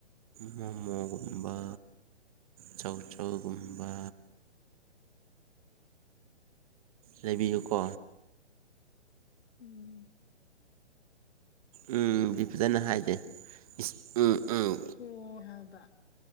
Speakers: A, on the right (about 30°); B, on the left (about 60°).
A: ꯃꯣꯃꯣꯒꯨꯝꯕ ꯆꯧꯆꯧꯒꯨꯝꯕ ꯂꯩꯕꯤꯌꯨꯀꯣ
B: ꯎꯝ
A: ꯎꯝ ꯗꯤ ꯐꯖꯅ ꯍꯥꯏꯗꯦ ꯏꯁ ꯎꯝ ꯎꯝ
B: ꯑꯣ ꯍꯥꯕ